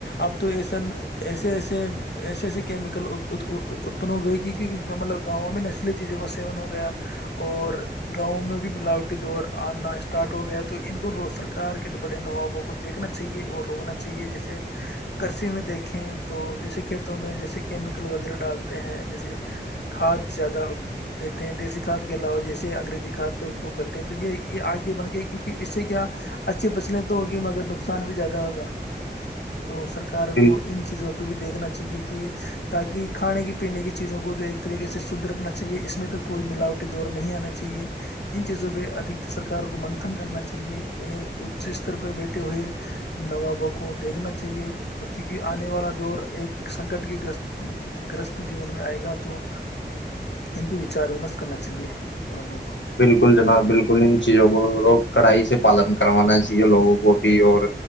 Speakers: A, on the left; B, on the left.
A: اب تو ایسا ایسے ایسے ایسے ایسے کیمیکل اتپن ہو گئے کیون مطلب گاؤں میں نسلی چیزوں کا سیون ہو گیا اور گاؤں میں بھی ملاوٹی دور آنا اسٹارٹ ہو گیا ہے تو ان کو رو سرکار کے بڑے نوابوں کو دیکھنا چاہیے اور روکنا چاہیے جیسے کرسیی میں دیکھیں تو جیسے کھیتوں میں جیسے کیمیکل وغیرہ ڈالتے ہیں جیسے کھاد زیادہ دیتے ہیں دیسی کھاد کے علاوہ جیسے انگریزی کھاد کو کرتے ہیں تو یہ یہ آگے بن گئے کیونکہ اس سے کیا اچھی فصلیں تو ہوگی مگر نقصان بھی زیادہ ہوگا <unintelligible> تو سرکار
B: پھر
A: کو ان چیزوں بھی دیکھنا چاہیے کہ تاکہ کھانے کی پینے کی چیزوں کو تو ایک طریقے سے شدھ رکھنا چاہیے اس میں تو کوئی ملاوٹی دور نہیں آنا چاہیے ان چیزوں پہ ادھ سرکار کو منتن کرنا چاہیے اچ استر پہ بیٹھے ہوئے نوابوں کو دیکھنا چاہیے کیونکہ آنے والا دور ایک سنکٹ کے گ گرست جیون میں آئے گا تو ان پہ وچار ومرش کرنا چاہیے نوابوں کو
B: بالکل جناب بالکل ان چیزوں کو لوگ کڑائی سے پالن کروانا چاہیے لوگوں کو بھی اور